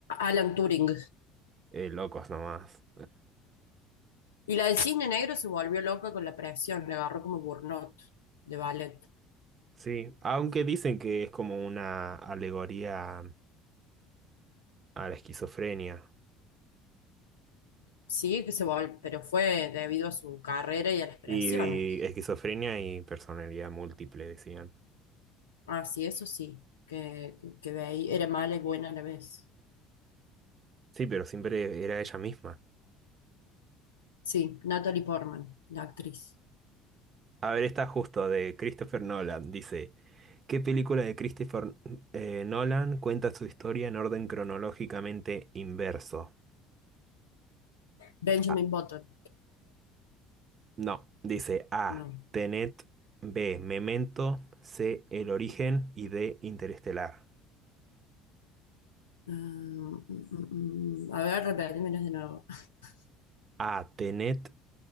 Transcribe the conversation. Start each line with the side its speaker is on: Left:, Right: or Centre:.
Left: Alan Turing.
Right: eh, locos nomás.
Left: Y la del cisne negro se volvió loca con la presión, le agarró como burnout de ballet.
Right: Sí, aunque dicen que es como una alegoría a la esquizofrenia.
Left: Sí, que se vol pero fue debido a su carrera y a las presiones.
Right: Y, y esquizofrenia y personalidad múltiple, decían.
Left: Ah, sí, eso sí, que, que, que ve ahí era mala y buena a la vez.
Right: Sí, pero siempre era ella misma.
Left: Sí, Natalie Portman, la actriz.
Right: A ver, está justo de Christopher Nolan. Dice, ¿qué película de Christopher eh, Nolan cuenta su historia en orden cronológicamente inverso?
Left: Benjamin
Right: Ah,
Left: Button,
Right: no, dice A,
Left: no.
Right: Tenet, B, Memento, C, El origen y D, Interestelar.
Left: Um, mm, mm, mm. mm. a ver, repetímelas de nuevo. <laughs>
Right: A, Tenet,